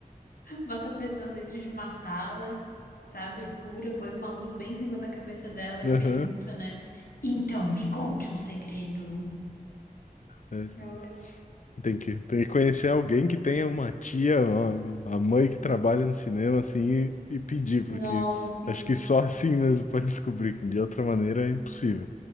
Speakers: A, on the left; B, on the left.
A: Bota a pessoa dentro de uma sala, sabe, escura, põe uma luz bem em cima da cabeça dela
B: Aham.
A: e pergunta, né? Então, me conte um segredo.
B: É,
A: Realmente.
B: tem que, tem que conhecer alguém que tenha uma tia, uma- a mãe que trabalha no cinema, assim, e, e pedir,
A: Nossa,
B: porque
A: assim.
B: acho que só assim mesmo pode <laughs> descobrir, que de outra maneira é impossível.